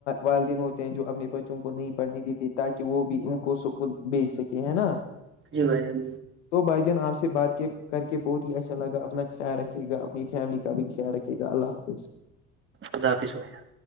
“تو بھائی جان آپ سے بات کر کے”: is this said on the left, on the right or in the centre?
Left